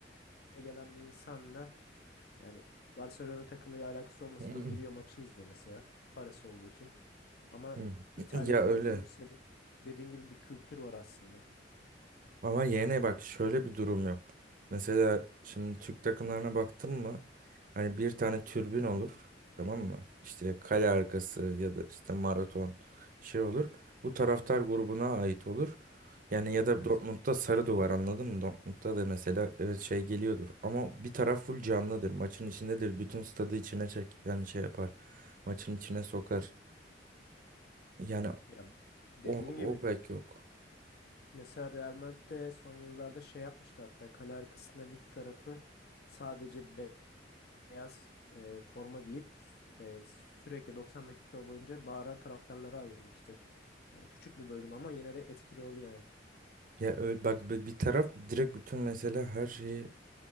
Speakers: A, on the left; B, on the right.
A: gelen bir insanla yani Barcelona takımıyla alakası olmasa
B: Hı
A: da giriyor maçı izliyor mesela parası olduğu için. Ama
B: hı.
A: İtalya'da
B: Ya öyle.
A: bu durum senin dediğin gibi bir kültür var aslında.
B: Ama yine bak şöyle bir durum yok. Mesela şimdi Türk takımlarına baktın mı? Hani bir tane türbün olur. Tamam mı? İşte kale arkası ya da işte maraton şey olur. Bu taraftar grubuna ait olur. Yani ya da
A: Evet.
B: Dortmund'da sarı duvar anladın mı? Dortmund'da da mesela evet şey geliyordur. Ama bir taraf full canlıdır. Maçın içindedir. Bütün stadı içine çek yani şey yapar. Maçın içine sokar. Yani
A: Ya dediğin
B: o,
A: gibi
B: o pek yok.
A: mesela Real Madrid de son yıllarda şey yapmıştı hatta kale arkasında bir tarafı sadece be- beyaz e, forma giyip e, sürekli 90 dakika boyunca bağıran taraftarlara ayırmıştı. Yani küçük bir bölüm ama yine de etkili oluyor yani.
B: Ya öyle, bak bir bir taraf direkt bütün mesela her şeyi